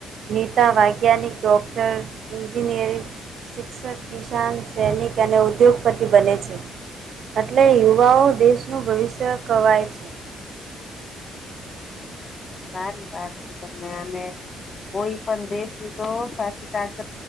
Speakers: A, on the right (about 60°); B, on the left (about 35°).
A: નેતા વૈજ્ઞાનિક ડૉક્ટર ન્જીિનિયરિંગ શિક્ષક કિસાન સૈનિક અને ઉદ્યોગપતિ બને છે એટલે યુવાઓ દેશનું ભવિષ્ય કવાય છે
B: હા સારી વાત છે તમે આને કોઈ પણ દેશ ની તો સાચી તાકત